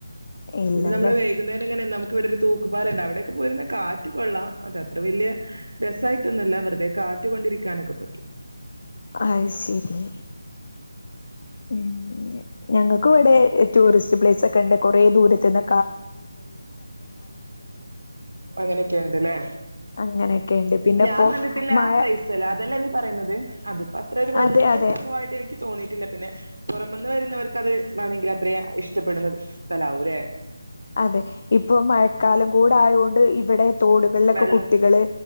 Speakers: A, on the left (about 50°); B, on the right (about 80°).
A: ഇല്ലല്ലേ
B: പിന്നെ നമ്മള് വൈകുന്നേരം ഇങ്ങനെ നമുക്ക് ഇവിടെ ഒരു തൂ ക്കുപാലംണ്ട് അവിടൊക്കെ പോയിരുന്ന കാറ്റ് കൊള്ളാം അത അത്ര വലിയ രസ മായിട്ട്ന്നല്ല വെറുതെ കാറ്റുകൊണ്ടിരിക്കാനൊക്കെ പറ്റും
A: അ യ് സിരി ഉ ഞങ്ങൾക്കും ഇവിടെ ടൂറിസ്റ്റ് പ്ലേസ് ഒക്കെ ഉണ്ട് കുറേ ദൂരത്തന്നൊ
B: അങ്ങനെയൊക്കെ ഉണ്ട്ല്ലേ
A: അങ്ങനെയൊക്കെയുണ്ട് പിന്നെ
B: ഞാൻ
A: ഇപ്പോ
B: കണ്ടിട്ടില്ല
A: മഴ
B: പ്ലേസ് ചില അതല്ലേ നീ പറയുന്നത് അതിപ്പോ അത്ര ഒരു വലിയ
A: അതെ അതെ
B: സംഭവമായിട്ട് എനിക്ക് തോന്നിയിട്ടില്ല പിന്നെ പുറമന്ന് വരുന്നവർക്ക് അത് വേണമെങ്കിൽ അത്ര ഇഷ്ടപ്പെടുന്ന സ്ഥലമാവും അല്ലെ
A: അതെ ഇപ്പൊ മഴക്കാലം കൂടെ ആയൊണ്ട് ഇവിടെ തോടുകളിലൊക്കെ
B: വെള്ള
A: കുട്ടികള്